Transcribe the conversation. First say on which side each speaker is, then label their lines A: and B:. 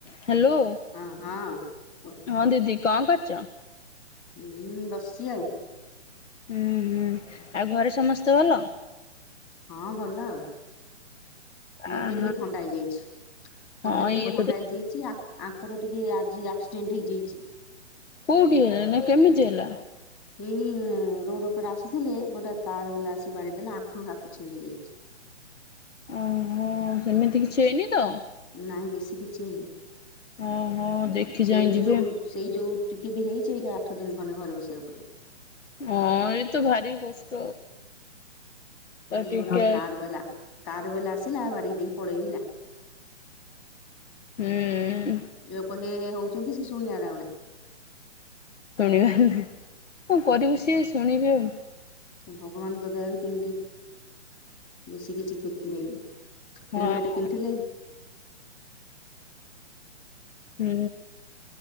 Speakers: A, on the left; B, on the left.
A: ହ୍ୟାଲୋ
B: ହଁ ହଁ କୁହ
A: ହଁ ଦିଦି! କାଁ ଘଛ?
B: ହୁଁ ବସିଛି ଆଉ!
A: ହୁଁ ହୁଁ ଆଉ ଘରେ ସମସ୍ତେ ଭଲ।
B: ହଁ ଭଲ ଆଉ ମତେ
A: ଆହା
B: ଟିକେ ଥଣ୍ଡା ହେଇଯାଇଛି।
A: ହଁ
B: ମତେ ଟିକେ
A: ଇଏ
B: ଥଣ୍ଡା
A: ତ
B: ହେଇଯାଇଛି ଆଙ୍କର ଟିକେ ଆଜି ଆକ୍ସିଡେଣ୍ଟ ହେଇଯାଇଛି।
A: ହେ ନା କେମିତି ହେଲା!
B: ଏଇ ରୋଡ ଉପରେ ଆସିଥିଲେ ଗୋଟେ କାର ବାଲା ଆସି ବାଡି ଦେେଲେ ଆଣ୍ଠୁ ହାତ ଛିଣ୍ଡି ଯାଇଛି
A: ଓହୋ ସେମିତି କିଛି ହୁଏନି ତ
B: ନାଇଁ ବେଶୀ କିଛିଇ।
A: ଓହୋ ଦେଖି
B: ସେଇ
A: ଚାହିଁ
B: ବି
A: ଯିବେ
B: ଯୋଉ ସେଇ ଯୋଉ ଟିକେ ବି ହେଇଛିଇ। ଆଠ ଦିନ ଖଣ୍ଡେ ଘରେ ବସିବାକୁ ପଡିବ।
A: ହଁ ଏ ତ ଭାରି କଷ୍ଟ। ତ
B: ଆଉଛ
A: ଟିକେ
B: ଗୋଟେ କାରବେଲା କାରବେଲା ଆସିଲା ବାାର ଦେଇ ପଳେଇଲା।
A: ହୁଁ
B: ଲୋକ ହେ ହେ ହଉଛନ୍ତି ସେ ଶୁଣଆାର ଆଣେ!
A: ଶୁଣିବାର ନାଁ କଣ କରିବୁ ସିଏ ଶୁଣିବେ ଆଉ।
B: ଭଗବାନଙ୍କ ଦୟାରୁ କେମିତି? ବେଶୀ କିଛି କ୍ଷତି ନାଇନ
A: ହଁ
B: ହେଲମେଟ ପିନ୍ଧଥିଲେ।
A: ହୁଁ!